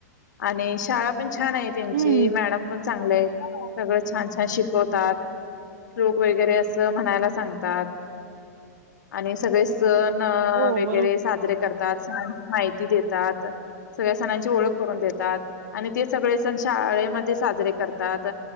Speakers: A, on the left; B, on the right.
A: आणि शाळा पण छान आहे त्यांची
B: हम्म
A: मॅडम पण चांगलं आहे सगळ छान छान शिकवतात. श्लोक वगैरे अस म्हणायला सांगतात आणि सगळे सण
B: हो
A: वगैरे
B: बरोबर
A: साजरे करतात. सणांची माहिती देतात. सगळ्या सणांची ओळख करून देतात आणि ते सगळे सण शाळेमध्ये साजरे करतात.